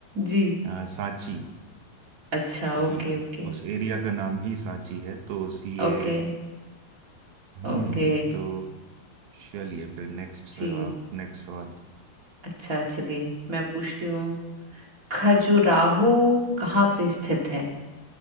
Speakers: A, on the right (about 35°); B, on the right (about 75°).
A: जी
B: अ, सांची
A: अच्छा ओके
B: जी
A: ओके
B: उस एरिया का नाम ही सांची है तो इसलिए
A: Okay
B: हम्म
A: okay
B: तो चलिए फिर नेक्स्ट
A: जी
B: आप नेक्स्ट सवाल
A: अच्छा चलिए मैं पूछती हूँ खजुराहो कहाँ पे स्थित है